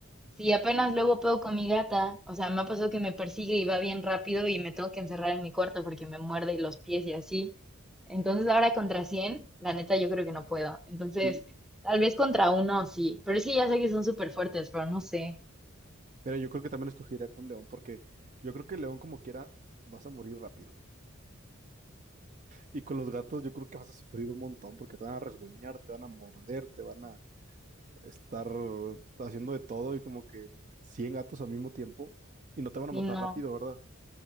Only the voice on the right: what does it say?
Y,
pero yo creo que también escogería con león, porque yo creo que el león como quiera vas a morir rápido. Y con los gatos yo creo que vas a sufrir un montón, porque te van a resguñar, te van a morder, te van a, estar haciendo de todo y como que 100 gatos al mismo tiempo y no te van
a matar
rápido, ¿verdad?